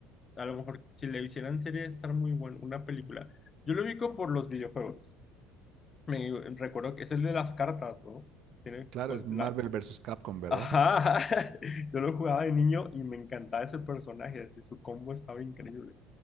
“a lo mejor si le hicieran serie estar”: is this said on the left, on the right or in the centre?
Left